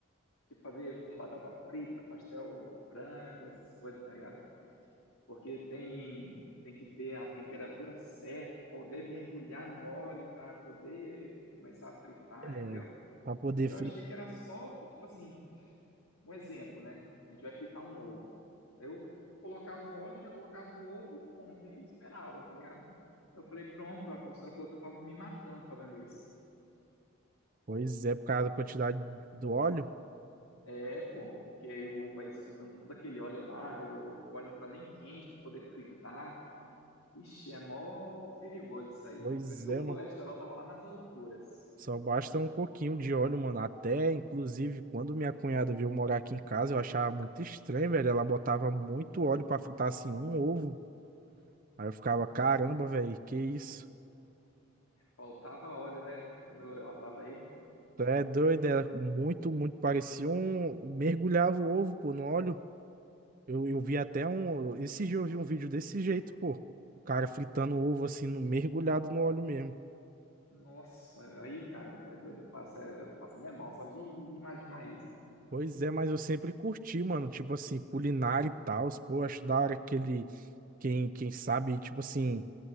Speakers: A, on the left; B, on the right.
A: tipo fazer batata frita, pastel, frango, essas coisas, tá ligado? Porque tem tem que ter a temperatura certa, poder mergulhar no óleo para poder começar a fritar,
B: É,
A: entendeu?
B: pra poder
A: Eu achei que era só, tipo assim, um exemplo, né? A gente vai fritar um ovo. Aí eu colocava o óleo, já colocava o ovo e pronto, e esperava, tá ligado? Eu falei, pronto, a professora falou que eu tava me matando fazendo isso.
B: Pois é, por causa da quantidade do óleo.
A: É, pô, porque aí o ovo vai sugando todo aquele óleo lá, o, o óleo não tá nem quente pra poder fritar. Ixi, é mó perigoso isso aí.
B: Pois
A: Por isso que o
B: é,
A: colesterol
B: mano.
A: tava lá nas alturas.
B: Só basta um pouquinho de óleo, mano. Até, inclusive, quando minha cunhada veio morar aqui em casa, eu achava muito estranho, velho. Ela botava muito óleo pra fritar assim um ovo. Aí eu ficava, caramba, velho, que isso?
A: Faltava óleo, né? Quando ela tava aí.
B: Tu é doido, era muito, muito parecia um. Mergulhava o ovo, pô, no óleo. Eu, eu vi até um. Esse dia eu vi um vídeo desse jeito, pô. O cara fritando o ovo assim, no- mergulhado no óleo mesmo.
A: Nossa, aí, cara, é doido, passa, passa né, mal só de imaginar isso.
B: Pois é, mas eu sempre curti, mano, tipo assim, culinária e tal, pô, acho da hora aquele, quem, quem sabe, tipo assim,